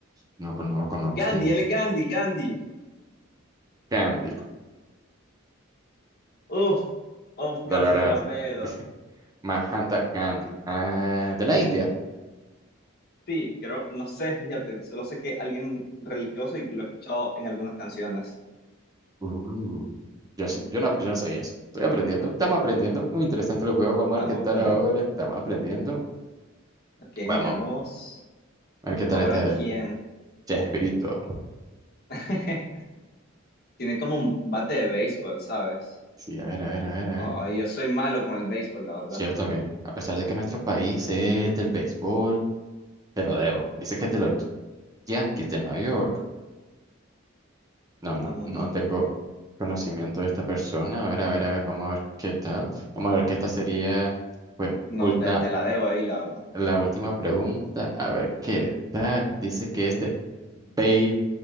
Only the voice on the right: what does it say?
No, con- no lo conozco.
¿Quién?
Gandhi.
Dolorad.
<laughs> Mahanta Gandhi. Ah, de la India.
Uh, yo sé, yo no, yo no sabía eso. Estoy aprendiendo. Estamos aprendiendo. Muy interesante los juegos. Vamos
a ver qué tal
ahora. Estamos aprendiendo.
Vamos
a ver qué tal
este.
Chespirito.
Sí, a ver, a ver, a ver, a
ver.
Sí, yo también. A pesar de que nuestro país es del béisbol, te lo debo. Dice que es de los Yankees de Nueva York. No, no,
no tengo conocimiento de esta persona. A ver, a ver, a ver, vamos a ver qué tal. Vamos a ver que esta sería, pues,
ul-
na-
la última pregunta. A ver qué tal. Dice que este Babe